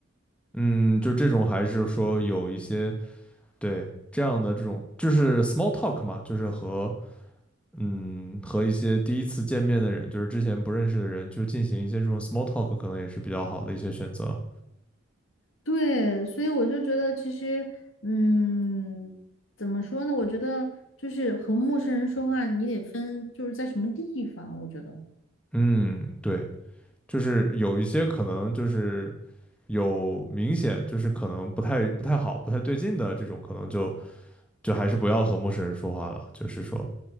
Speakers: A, in the centre; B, on the left.
A: 嗯，就这种还是说有一些对这样的这种，就是 small talk 嘛，就是和嗯，和一些第一次见面的人，就是之前不认识的人，就进行一些这种 small talk，可能也是比较好的一些选择。
B: 对，所以我就觉得其实，嗯，怎么说呢？我觉得就是和陌生人说话，你得分就是在什么地方，我觉得。
A: 嗯，对，就是有一些可能就是有明显就是可能不太不太好、不太对劲的这种，可能就就还是不要和陌生人说话了。就是说，